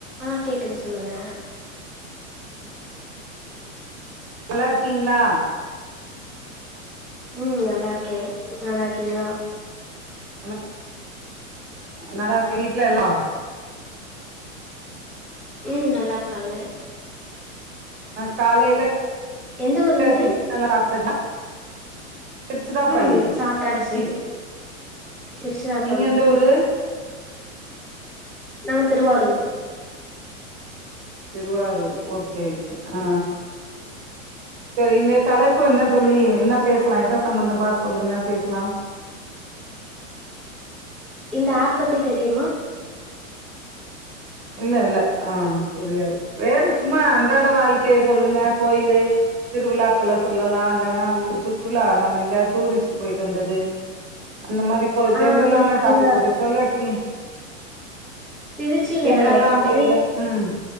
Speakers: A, in the centre; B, on the right.
A: ஆ கேக்குது சொல்லுங்க
B: நல்லா இருக்கீங்களா
A: உ நல்லா இருக்கே நல்லா இருக்கீங்களா
B: <unintelligible> நல்லா இருக்கே வீட்டுலல்லா
A: உ நல்லாருக்காங்க
B: அ காலைல ஆ
A: எந்த ஊர்
B: <unintelligible>
A: நீங்க
B: நல்ல சாப்டேனா திருச்சிராப்பள்ளி
A: ம் சாப்ட்டாச்சு
B: திருச்சி
A: திருச்சிராப்பள்ளி
B: நீங்க எந்த ஊரு
A: நா திருவாரூர்
B: திருவாரூர் ஓகே ஆ இந்த தலைப்பு என்ன தொழி என்ன பேசலா எத சம்பந்தமா பேசலா சொல்லுங்க
A: இந்த ஆப் பத்தி தெரியுமா
B: இல்ல இல்ல ஆ தெரியாது வேற சும்மா அன்றாட வாழ்க்கய சொல்லுங்க கோயிலு திருவிழாக்கள சொல்லலா இல்லன்னா சுற்றுலா நம்ம எங்கெயாவது டூரிஸ்ட் போயிட்டு வந்தது அந்த மாரி இப்போ
A: ஆ
B: ஜென்ரலான
A: திரு அங்க
B: டாபிக்க போய் சொல்லாடியு
A: திருச்சில் இல்ல
B: என்னெல்லா
A: பெரிய
B: வேல ம்